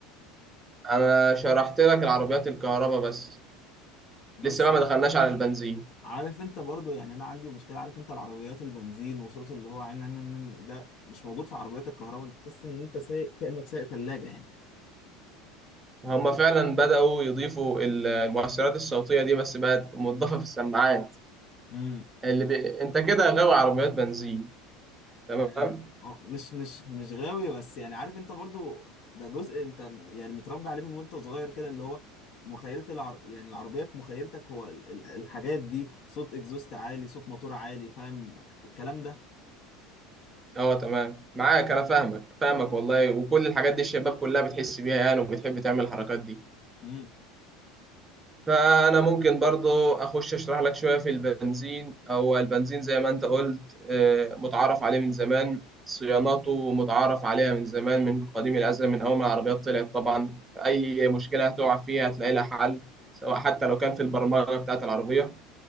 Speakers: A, on the right; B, on the left.
A: أنا شرحت لك العربيات الكهرباء بس
B: بس
A: لسه بقى ما دخلناش على البنزين
B: عارف انت برضو يعني انا عندي مشكلة عارف انت العربيات البنزين وصوت اللي هو عن عن- عن- ده مش موجود في عربيات الكهرباء انت تحس ان انت سايق كأنك سايق ثلاجة يعني
A: هما فعلا بدأوا يضيفوا المؤثرات الصوتية دي بس بقت مضافة في السماعات
B: امم
A: اللي بي... انت كده غاوي عربيات بنزين تمام
B: يعني آه، مش مش مش غاوي بس يعني عارف انت برضو ده جزء انت يعني متربي عليه من وانت صغير كده اللي هو مخيلة العر... يعني العربية في مخيلتك هو ال- ال- الحاجات دي صوت اكزوست عالي صوت موتور عالي فاهم الكلام ده
A: اه تمام معاك انا فاهمك فاهمك والله وكل الحاجات دي الشباب كلها بتحس بيها يعني وبتحب تعمل الحركات دي
B: امم
A: فأنا ممكن برضو أخش أشرح لك شوية في البنزين هو البنزين زي ما أنت قلت آه، متعارف عليه من زمان صياناته متعارف عليها من زمان من قديم الأزل من أول ما العربيات طلعت طبعا أي مشكلة هتقع فيها هتلاقي لها حل سواء حتى لو كان في البرمجة بتاعة العربية